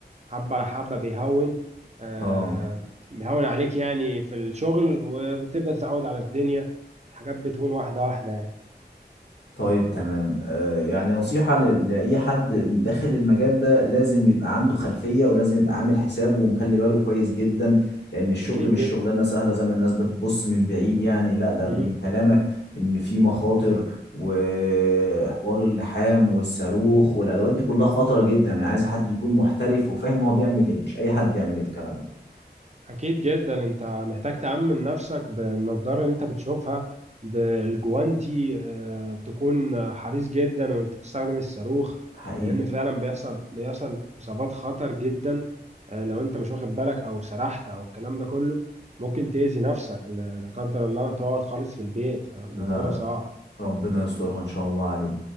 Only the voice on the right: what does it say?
حبة على حبة بيهون آه،
بيهون عليك يعني في الشغل وبتبدأ تتعود على الدنيا الحاجات بتهون واحدة واحدة يعني
أكيد
جدا
مهم.
أكيد جدا أنت محتاج تأمن نفسك بالنضارة اللي أنت بتشوفها بالجوانتي آه، تكون حريص جدا وأنت بتستخدم الصاروخ
لأن فعلا بيحصل بيحصل إصابات خطر جدا آه، لو أنت مش واخد بالك أو سرحت أو الكلام ده كله ممكن تأذي نفسك لا لا قدر الله تقعد خالص في البيت فالموضوع
صعب